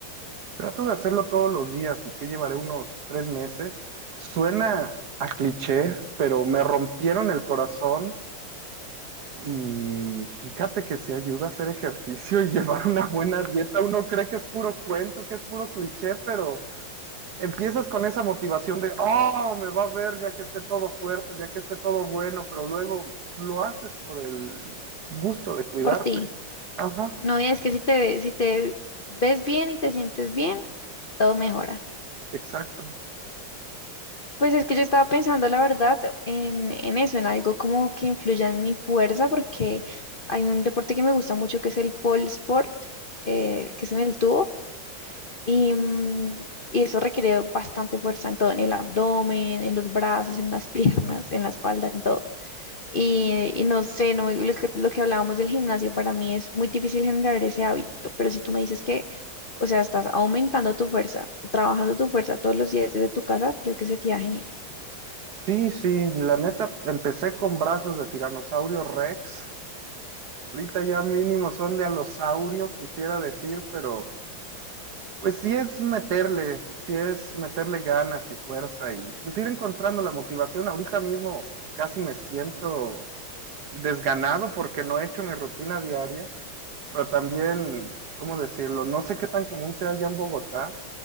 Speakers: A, on the right; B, on the left.
A: Trato de hacerlo todos los días y que llevaré unos tres meses. Suena a cliché, pero me rompieron el corazón y fíjate que se ayuda a hacer ejercicio y <laughs> llevar una buena dieta. Uno cree que es puro cuento, que es puro cliché, pero empiezas con esa motivación de, oh, me va a ver ya que esté todo fuerte, ya que esté todo bueno, pero luego lo haces por el gusto de cuidarte.
B: Por ti.
A: Ajá,
B: No, y es que si te, ve- si te ves bien y te sientes bien, todo mejora.
A: exacto.
B: Pues es que yo estaba pensando, la verdad, en, en eso, en algo como que influya en mi fuerza, porque hay un deporte que me gusta mucho que es el pole sport, eh, que es en el tubo, y, mm, y eso requiere bastante fuerza en todo, en el abdomen, en los brazos, en las <laughs> piernas, en la espalda, en todo. Y, y no sé, no, me- lo que, lo que hablábamos del gimnasio, para mí es muy difícil generar ese hábito, pero si tú me dices que, o sea, estás aumentando tu fuerza, trabajando tu fuerza todos los días desde tu casa, creo que sería genial.
A: Sí, sí, la neta, empecé con brazos de tiranosaurio Rex. Ahorita ya mínimo son de alosaurio, quisiera decir, pero pues sí es meterle, sí es meterle ganas y fuerza y pues ir encontrando la motivación. Ahorita mismo casi me siento desganado porque no he hecho mi rutina diaria, pero también, ¿cómo decirlo? No sé qué tan común sea allá en Bogotá,